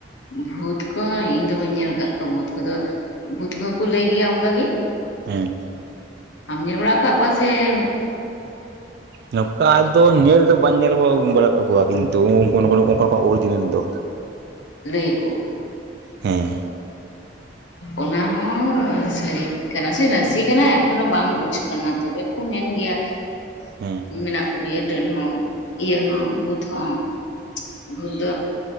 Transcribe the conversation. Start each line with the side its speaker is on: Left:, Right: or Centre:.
Left: ᱵᱷᱩᱛ ᱠᱚᱦᱚᱸ ᱤᱧ ᱫᱚ ᱵᱟᱹᱧ ᱧᱮᱞ ᱟᱠᱟᱫ ᱠᱚᱣᱟ, ᱵᱷᱩᱛ ᱠᱚᱫᱚ ᱵᱷᱩᱛ ᱠᱚᱦᱚᱸ ᱠᱚ ᱞᱟᱹᱭ ᱜᱮᱭᱟ ᱚᱱᱠᱟ ᱜᱮ᱾
Right: ᱦᱩᱸ
Left: ᱟᱢ ᱧᱮᱞ ᱠᱟᱜ ᱠᱚᱣᱟ ᱥᱮᱢ
Right: ᱱᱚᱝᱠᱟ ᱫᱚ ᱧᱮᱞ ᱫᱚ ᱵᱟᱹᱧ ᱧᱮᱞ ᱵᱟᱲᱟ ᱠᱟᱜ ᱠᱚᱣᱟ ᱠᱤᱱᱛᱩ ᱩᱱᱠᱩ ᱚᱱᱠᱟ ᱚᱨᱤᱡᱤᱱᱮᱞ ᱫᱚ
Left: ᱞᱟᱹᱭ ᱟᱠᱚ
Right: ᱦᱮᱸ
Left: ᱚᱱᱟ ᱦᱚᱸ ᱥᱟᱹᱨᱤ ᱠᱟᱱᱟ ᱥᱮ ᱱᱟᱥᱤ ᱠᱟᱱᱟ ᱮᱠᱷᱚᱱ ᱦᱚᱸ ᱵᱟᱝ ᱵᱩᱡᱽ ᱠᱟᱱᱟ ᱛᱚᱵᱮ ᱠᱚ ᱢᱮᱱ ᱜᱮᱭᱟ
Right: ᱦᱩᱸ
Left: ᱢᱮᱱᱟᱜ ᱠᱚ ᱜᱮᱭᱟᱹ ᱰᱟᱹᱱ ᱦᱚᱸ ᱤᱭᱟᱹ ᱦᱚᱸ ᱵᱷᱩᱛ ᱦᱚᱸ ᱵᱷᱩᱛ ᱫᱚ